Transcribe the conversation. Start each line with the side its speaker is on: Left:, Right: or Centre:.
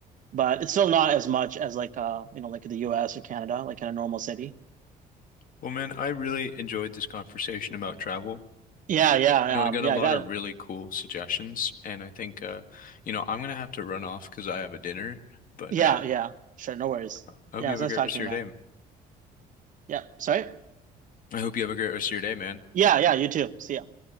Right: But it's still not as much as like uh you know like the US or Canada, like in a normal city.
Left: Well, man, I really enjoyed this conversation about travel.
Right: Yeah, yeah,
Left: You know, I
Right: um
Left: got
Right: yeah,
Left: a lot
Right: I got
Left: of
Right: it.
Left: really cool suggestions, and I think, uh, you know, I'm gonna have to run off because I have a dinner. But
Right: Yeah,
Left: uh,
Right: yeah, sure, no worries.
Left: I hope
Right: Yeah,
Left: you
Right: it was
Left: have
Right: nice
Left: a great
Right: talking
Left: rest
Right: to
Left: of
Right: you,
Left: your
Right: man.
Left: day.
Right: Yeah, sorry.
Left: I hope you have a great rest of your day, man.
Right: Yeah, yeah, you too. See ya.